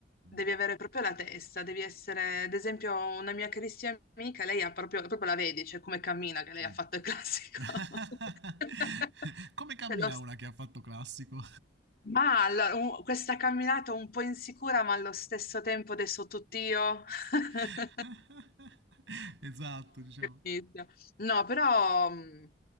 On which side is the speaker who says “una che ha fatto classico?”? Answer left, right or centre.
Right